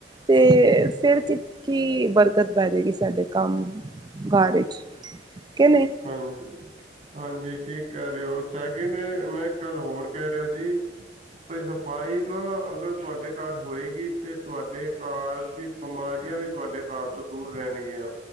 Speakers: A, on the right; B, on the right.
A: ਤੇ, ਫਿਰ ਕੀ-ਕੀ ਬਰਕਤ ਪੈਣੀ ਸਾਡੇ ਕੰਮ ਕਾਰ ਚ। ਕੇ ਨਈ।
B: ਹਾਂਜੀ ਹਾਂਜੀ, ਠੀਕ ਕਹਿ ਰਹੇ ਓ, ਸੈਕਿੰਡ ਮੈਂ- ਮੈ ਇੱਕ ਗੱਲ ਹੋਰ ਕਹਿ ਰਿਹਾ ਸੀ। ਤੇ ਸਫ਼ਾਈ ਨਾ ਅਗਰ ਤੁਹਾਡੇ ਘਰ ਹੋਏਗੀ, ਤੇ ਤੁਹਾਡੇ ਘਰ ਦੀ ਬਿਮਾਰੀਆਂ ਵੀ ਤੁਹਾਡੇ ਘਰ ਤੋਂ ਦੂਰ ਰਹਿਣਗੀਆਂ,